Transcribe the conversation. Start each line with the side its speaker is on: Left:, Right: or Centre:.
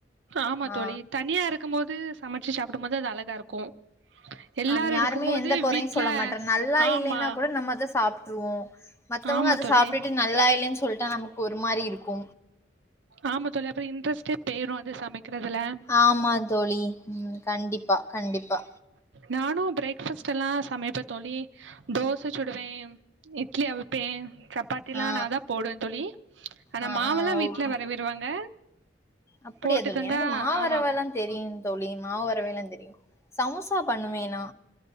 Right: ஆமா
Left: ஆ
Right: தோழி தனியா இருக் க்கு போது சமச்சு சாப்டு போது அது அழகா இருக்கு எல்லாரு
Left: ஆம் யாருமே
Right: இருக்கும் போது
Left: எந்தக் கொறையு
Right: வீட்ல
Left: சொல்ல மாட்றே நல்லா
Right: ஆமா
Left: இல்லேன்னா கூட நம்ம அத சாப்ட்டுருவோ மத்தவங்க
Right: ஆமா
Left: அத
Right: தோழி
Left: சாப்ட்டுட்டு நல்லா இல்லேன்னு சொல்லிட்டா நமக்கு ஒரு மாரி இருக்கு
Right: ஆமா தோழி அப்றோ இன்ட்ரெஸ்ட்டே பெயுரு அது சமைக்றதுல
Left: ஆமா தோழி ம் கண்டிப்பா கண்டிப்பா
Right: நானு பிரேக்ஃபாஸ்ட்டுல்லா சமப்பே தோழி தோச சுடுவே இட்லி அவி ப்பே சப்பாத்தில்லா
Left: ஆ
Right: நாதா போடுவே தோழி ஆனா
Left: ஆ
Right: மாவெல்லா‌
Left: ஆ
Right: வீட்
Left: ஓகே
Right: ல வரவிருவாங்க
Left: அப்படியா
Right: போட்டு
Left: தோழி
Right: தந்தா
Left: எனக்கு மாவரவல்லா
Right: ஆமா
Left: தெரியு தோழி மாவு வெரவேல்லா தெரியு சமோசா பண்ணுவே நா